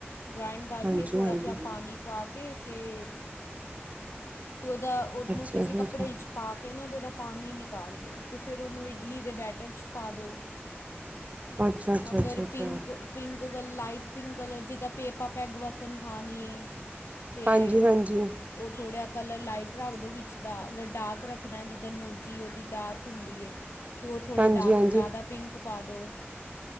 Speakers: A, on the left (about 80°); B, on the right (about 35°).
A: ਗ੍ਰਇੰਡ ਕਰਕੇ,
B: ਹਾਂਜੀ
A: ਥੋੜ੍ਹਾ
B: ਹਾਂਜੀ
A: ਜਿਹਾ ਪਾਣੀ ਪਾ ਕੇ ਫੇਰ ਤੇ ਉਹਦਾ ਉਹਨੂੰ
B: ਅੱਛਾ
A: ਕਿਸੇ
B: ਜੀ
A: ਕੱਪੜੇ
B: ਅੱਛਾ
A: 'ਚ ਪਾ ਕੇ ਨਾ ਉਹਦਾ ਪਾਣੀ ਨਿਕਾਲ ਲਉ, ਤੇ ਫਿਰ ਉਹਨੂੰ ਇਡਲੀ ਦੇ ਬੈਟਰ 'ਚ ਪਾ ਦਿਉ।
B: ਅੱਛਾ ਅੱਛਾ
A: ਅਗਰ
B: ਅੱਛਾ ਅੱਛਾ
A: pink pink colour, light pink colour, ਜਿੱਦਾਂ ਪੇਪਾਂ, ਪੈਗ ਵਰਕਨ ਖਾਣੀਏ। ਤੇ,
B: ਹਾਂਜੀ ਹਾਂਜੀ
A: ਉਹ ਥੋੜਾ ਕਲਰ ਲਾਈਟ ਰੱਖ ਦੋ ਵਿੱਚ ਦਾ ਅਗਰ ਡਾਰਕ ਰੱਖਣਾ, ਜਿੱਦਾਂ ਨੋਜੀ ਉਹਦੀ ਡਾਰਕ ਹੁੰਦੀ ਏ। ਤੇ ਉਹ ਥੋੜ੍ਹੇ
B: ਹਾਂਜੀ
A: ਡਾਰਕ
B: ਹਾਂਜੀ
A: ਜ਼ਿਆਦਾ
B: ਹਾਂਜੀ
A: ਪਿੰਕ ਪਾ ਦਿਉ,